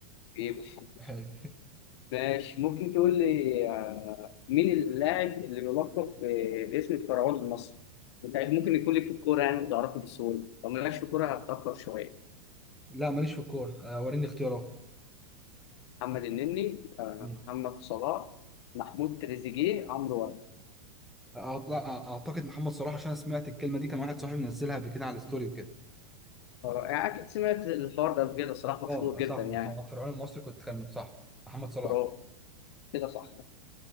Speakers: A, on the left (about 45°); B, in the centre.
A: يبقى
B: <laughs>
A: ماشي ممكن تقول لي آه، مين اللاعب اللي بيلقب ب- باسم الفرعون المصري انت ممكن يكون لك في الكوره يعني بتعرفه بسهوله لو مالكش في الكوره هتتاخر شويه
B: لا ماليش في الكورة آه، وريني اختيارات
A: محمد النني آه،
B: مم.
A: محمد صلاح محمود تريزيجيه عمرو واكد
B: أعت- أعتقد محمد صلاح عشان أنا سمعت الكلمة دي كان واحد صاحبي منزلها قبل كده على الستوري وكده
A: آه، يعني اكيد سمعت الحوار ده قبل كده صراحه مشهور
B: اه
A: جدا
B: صح
A: يعني
B: محمد فرعون المصري كنت كان صح محمد صلاح
A: برافو كده صح